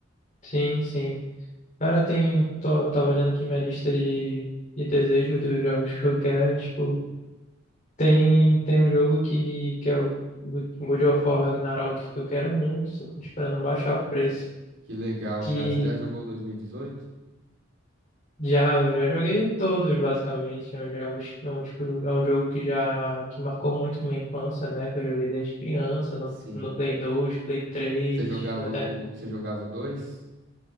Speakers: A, on the left; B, on the right.
A: Sim, sim. Cara, tem. Tô, tava olhando aqui minha lista de, de desejos dos jogos que eu quero. Tipo, tem, tem um jogo que, que é o Go- God of War Ragnarok, que eu quero muito, só tô esperando baixar o preço.
B: Que legal,
A: Que
B: cara. Você já jogou o 2018?
A: já, eu já joguei todos, basicamente. É um, jogo, é um, tipo, é um jogo que já que marcou muito minha infância, né? Que eu joguei desde criança, no,
B: Sim.
A: no Play 2, Play 3,
B: Você jogava
A: até.
B: o, você jogava o 2?